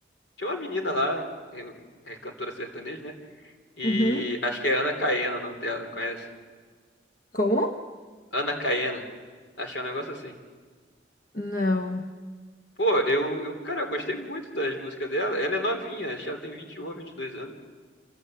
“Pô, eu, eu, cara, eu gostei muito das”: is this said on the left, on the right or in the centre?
Left